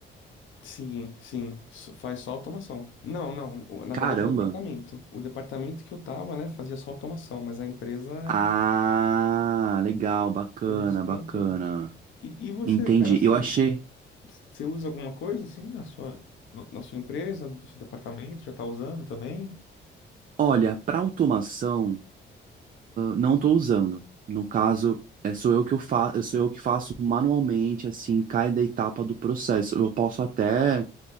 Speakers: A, on the left; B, on the right.
A: Sim, sim, so- faz só automação. Não, não, o- na
B: Caramba.
A: verdade o departamento, o departamento que eu tava, né, fazia só automação, mas a empresa era
B: Ah, legal, bacana,
A: serviço como
B: bacana.
A: um todo. E, e você,
B: Entendi.
A: cara, você,
B: Eu achei.
A: você usa alguma coisa assim na sua, na na sua empresa, no seu departamento, já tá usando também?
B: Olha, para automação não estou usando. No caso, é, sou eu que eu fa sou eu que faço manualmente, assim, cada etapa do processo. Eu posso até,